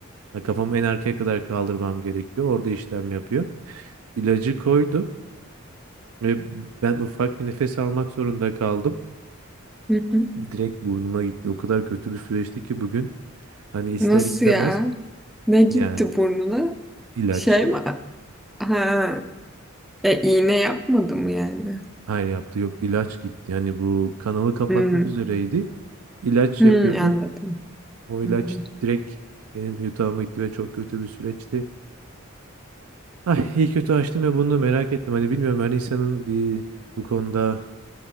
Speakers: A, on the right; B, in the centre.
A: ha, kafamı en arkaya kadar kaldırmam gerekiyor. Orada işlem yapıyor. İlacı koydu ve ben ufak bir nefes almak zorunda kaldım.
B: hı.
A: direkt burnuma gitti. O kadar kötü bir süreçti ki bugün. Hani ister
B: Nasıl
A: istemez
B: ya? Ne gitti
A: yani
B: burnuna?
A: ilaç.
B: Şey mi? Ha. E, iğne yapmadı mı yani?
A: Hayır yaptı yok ilaç gitti. Hani bu kanalı kapatmak
B: Hmm.
A: üzereydi. İlaç
B: Hmm,
A: yapıyordu.
B: anladım.
A: O ilaç
B: Anladım.
A: direkt benim yutağıma gitti ve çok kötü bir süreçti. Ay iyi kötü açtım ya bunu da merak ettim. Hani bilmiyorum her insanın bir bu konuda